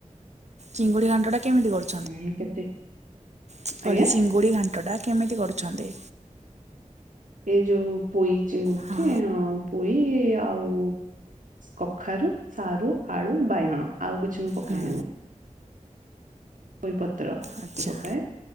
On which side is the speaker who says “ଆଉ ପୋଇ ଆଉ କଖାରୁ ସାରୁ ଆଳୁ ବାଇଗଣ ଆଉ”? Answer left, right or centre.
Right